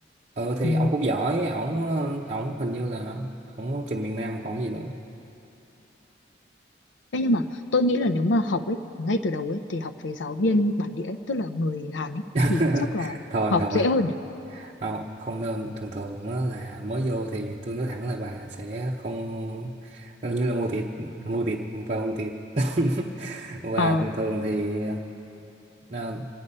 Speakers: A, on the right; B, on the left.
A: ừ thì
B: Ừ.
A: ổng cũng giỏi ổng ổng hình như là ổng trường miền Nam còn gì nữa
B: Thế nhưng mà tôi nghĩ là nếu mà học ấy, ngay từ đầu ấy, thì học với giáo viên bản địa ấy, tức là người Hàn ấy,
A: <laughs>
B: thì chắc là
A: thôi
B: học
A: thôi
B: dễ hơn nhỉ?
A: không, không nên thường thường á là mới vô thì tôi nói thẳng là bà sẽ không gần như là mua thịt mua thịt và mua thịt <laughs> và
B: Ờ,
A: thường thường thì ờ,